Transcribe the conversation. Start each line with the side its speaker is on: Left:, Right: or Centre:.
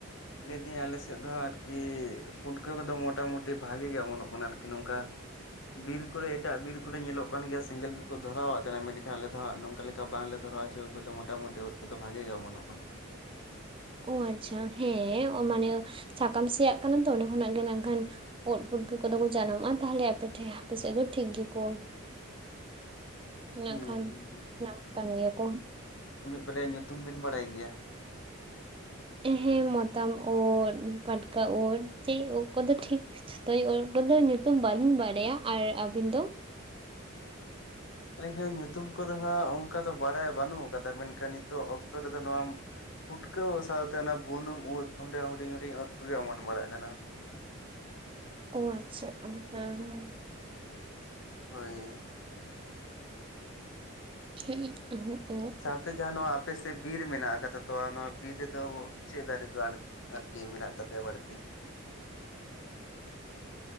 Left: ᱞᱟᱹᱭ ᱮᱫᱟᱹᱧ ᱟᱞᱮ ᱥᱮᱫ ᱫᱚ ᱟᱨᱠᱤ ᱯᱩᱴᱠᱟᱹ ᱠᱚᱫᱚ ᱢᱳᱴᱟ-ᱢᱩᱴᱤ ᱵᱷᱟᱜᱮ ᱜᱮ ᱚᱢᱚᱱᱼᱚᱜ ᱠᱟᱱᱟ, ᱟᱨᱠᱤ ᱱᱚᱝᱠᱟ ᱵᱤᱨ ᱠᱚᱨᱮ ᱮᱴᱟᱜ ᱵᱤᱨ ᱠᱚᱨᱮ ᱧᱮᱞᱚᱜ ᱠᱟᱱ ᱜᱮᱭᱟ ᱥᱮᱸᱜᱮᱞ ᱠᱚᱠᱚ ᱫᱷᱚᱨᱟᱣᱼᱟᱜ ᱠᱟᱱᱟ, ᱢᱮᱱᱠᱷᱟᱱ ᱟᱞᱮ ᱫᱚ ᱦᱟᱸᱜ ᱱᱚᱝᱠᱟ ᱞᱮᱠᱟ ᱵᱟᱝᱞᱮ ᱫᱷᱚᱨᱟᱣ ᱰᱚ ᱠᱚ ᱛ <unintelligible> ᱢᱳᱴᱟ-ᱢᱩᱴᱤ ᱩᱫᱽ ᱠᱚᱫᱚ ᱵᱷᱟᱜᱮ ᱜᱮ ᱚᱢᱚᱱᱚᱜ ᱠᱟᱱᱟ᱾
Right: ᱚ ᱟᱪᱪᱷᱟ, ᱦᱮᱸ ᱢᱟᱱᱮ ᱥᱟᱠᱟᱢ ᱥᱮᱭᱟᱜ ᱠᱟᱱᱟ ᱛᱚ ᱚᱸᱰᱮ ᱠᱷᱚᱱᱟᱜ ᱜᱮ ᱱᱟᱝᱠᱷᱟᱱ ᱩᱫᱽ ᱯᱩᱴᱠᱟᱹ ᱠᱚᱫᱚ ᱠᱚ ᱡᱟᱱᱟᱢᱚᱜᱼᱟ ᱛᱟᱦᱚᱞᱮ ᱟᱯᱮ ᱴᱷᱮᱡ ᱟᱯᱮ ᱥᱮᱫ ᱫᱚ ᱴᱷᱤᱠ ᱜᱮᱠᱚ ᱢᱮᱱᱠᱷᱟᱱ
Left: ᱦᱩᱸ ᱦᱩᱸ ᱦᱩᱸ
Right: ᱧᱟᱢᱚᱜ ᱠᱟᱱ ᱜᱮᱭᱟ ᱠᱚ᱾
Left: ᱯᱟᱞᱮᱫ ᱧᱩᱛᱩᱢ ᱵᱤᱱ ᱵᱟᱲᱟᱭ ᱜᱮᱭᱟ?
Right: ᱦᱮᱸ ᱢᱚᱛᱟᱢ ᱩᱫ, ᱯᱟᱴᱠᱟ ᱩᱫ ᱪᱮ ᱩᱫ ᱠᱚᱫᱚ ᱴᱷᱤᱠ ᱥᱤᱛᱟᱹᱭ ᱩᱜ ᱠᱚᱫᱚ ᱧᱩᱛᱩᱢ ᱵᱟᱹᱞᱤᱧ ᱵᱟᱰᱟᱭᱟ, ᱟᱨ ᱟᱹᱵᱤᱱ ᱫᱚ‍?
Left: ᱟᱹᱞᱤᱧ ᱦᱚᱸ ᱧᱩᱛᱩᱢ ᱠᱚᱫᱚ ᱦᱟᱸᱜ ᱚᱱᱠᱟ ᱫᱚ ᱵᱟᱲᱟᱭ ᱵᱟᱹᱱᱩᱜ ᱟᱠᱟᱫᱟ, ᱢᱮᱱᱠᱷᱟᱱ ᱱᱤᱛᱚᱜ ᱚᱠᱛᱚ ᱨᱮᱫᱚ ᱱᱟᱢ ᱯᱩᱴᱠᱟᱹ ᱩᱜ ᱥᱟᱶᱛᱮ ᱚᱱᱟ ᱵᱩᱱᱩᱢ ᱩᱫᱽ ᱚᱸᱰᱮ ᱦᱩᱰᱤᱧ ᱦᱩᱰᱤᱧ ᱩᱫᱽ ᱠᱚᱜᱮ ᱚᱢᱚᱱ ᱵᱟᱲᱟᱜ ᱠᱟᱱᱟ᱾
Right: ᱚ ᱟᱪᱪᱷᱟ, ᱮᱸ ᱦᱮᱸ ᱦᱮᱸ᱾
Left: ᱦᱳᱭ᱾
Right: <unintelligible>
Left: ᱥᱟᱶᱛᱮ ᱡᱟᱦᱟᱸ ᱱᱚᱣᱟ ᱟᱯᱮ ᱥᱮᱫ ᱵᱤᱨ ᱢᱮᱱᱟᱜ ᱟᱠᱟᱫᱟ ᱛᱚ ᱟᱨ ᱱᱚᱣᱟ ᱵᱤᱨ ᱨᱮᱫᱚ ᱪᱮᱫ ᱫᱟᱨᱮ ᱠᱚ ᱟᱲ ᱟᱨᱠᱤ ᱢᱮᱱᱟᱜ ᱛᱟᱯᱮᱭᱟ ᱵᱟᱹᱲᱛᱤ‍?